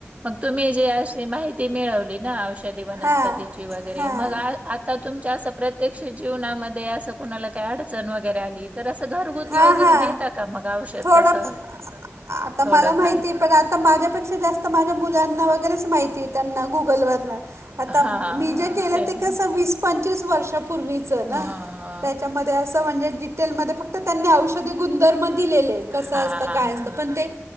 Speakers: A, on the right (about 30°); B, on the right (about 85°).
A: मग तुम्ही जे अशी माहिती मिळवली ना औषधी
B: ना
A: वनस्पतीची
B: हां
A: वगैरे
B: हां
A: मग आ आता तुमच्या असा प्रत प्रत्यक्ष जीवनामध्ये असं कोणाला काही अडचण वगै वगैरे आली तर अस घरगुती
B: हा
A: वगैरे
B: हा
A: देता का? मग औषध
B: थोडं
A: तसं
B: आता मला
A: थोडंफार?
B: माहितीय पण आता माझ्यापेक्षा जास्त माझ्या मुलांना वगैरेच माहिती आहे त्यांना गुगलवरन. आता
A: हां,
B: मी जे केलं ते
A: आहे.
B: कस वीस-पंचवीस वर्षापूर्वीच. च ना
A: हां,
B: त्याच्यामध्ये म्हणजे असं डिटेल मध्ये फक्त औषधी गुणधर्मच म दिलेलं कसं
A: हां.
B: असत काय असतं पण ते?